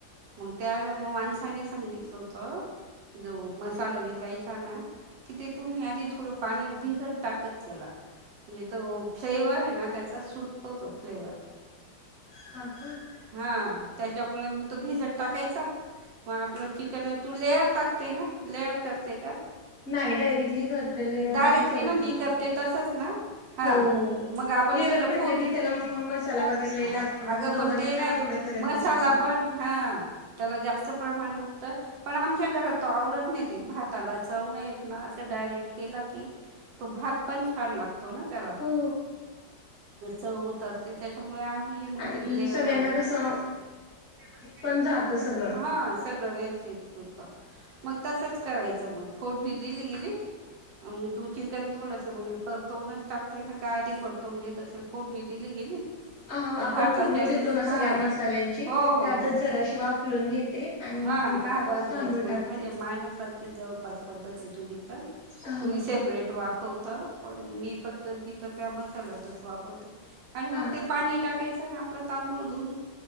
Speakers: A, on the right (about 80°); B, on the left (about 35°).
A: मग त्याला म माणसाने सांगितलं होतं- जो मसाला विकायचा ना- कि ते तुम्ही आधी थोडं पाण्यात भिजत टाकत चला. म्हणजे तो फ्लेवर आहे ना, त्याचा सुटतो तो फ्लेवर-
B: हा का
A: हा त्याच्यामुळे मग तो भिजत टाकायचा. मग आपलं चिकन तू लेअर टाकते ना लेअर करते का?
B: नाही डायरेक्टली करते लेअर
A: डायरेक्टली
B: नाही करत
A: ना मी
B: बसत.
A: करते तसंच ना हां
B: हो
A: मग आपण
B: लेअर
A: सगळं
B: म्हटलं
A: फोड
B: की त्याला मग मसाला वगैरे लय
A: हा
B: लागतो
A: अगं
B: आणि दोघांना
A: पण ते
B: काय
A: ना
B: एवढं करत
A: मसाला
B: बसायच.
A: पण हा त्याला जास्त प्रमाण लागत. पण आमच्या घरात तो आवडत नाही ते भाताला चव नाय येतना असं डायरेक्ट केला की तो भात पण छान लागतो ना त्याला
B: हो
A: चव होतात. तर त्याच्यामुळे आम्ही मग
B: आणि
A: ते लेअरवाला
B: सगळ्यांना
A: नाही
B: कसं
A: का व्यवस्थित
B: पण जात
A: पण
B: सगळं
A: हा सगळं व्यवस्थित फुलतात मग तसंच करायचं मग फोडणी दिली गेली. मग तू चिकन थोडंस मग परतवूनच टाकते ना का आधी परतवून घेत त्याचल फोडणी दिली गेली
B: अ
A: का
B: आपण
A: भाताच्या
B: फोडणी
A: वेळेस
B: देतो ना
A: हा
B: सगळ्या मसाल्यांची
A: हो हो
B: त्यातच
A: हो
B: जराशी वाफलून घेते आणि
A: हा
B: मग
A: हा बस
B: तांदूळ
A: बस मग
B: टाकते
A: म्हणजे माझ्यास सारखीच जवळपास पद्धत आहे तुझी पण
B: हो
A: थोडी सेपरेट वाफवतं पण मी पत्त तिथ त्या मसाल्यातच वाफवते. आणि मग
B: हा
A: ते पाणी टाकायचं अन आपलं तांदूळ धुवून